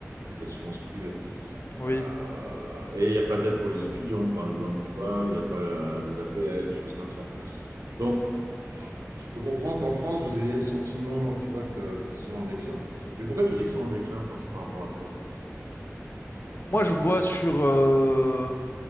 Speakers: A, on the right; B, on the left.
A: des assurances privées.
B: oui.
A: Euh, et il n'y a pas d'aide pour les étudiants, par exemple, tu vois, il n'y a pas euh, les APL, des choses comme ça. Donc, je peux comprendre qu'en France, vous ayez le sentiment, tu vois, que ça soit en déclin. Mais pourquoi tu dis que c'est en déclin Enfin, c'est par rapport à quoi
B: Moi, je vois sur, euh,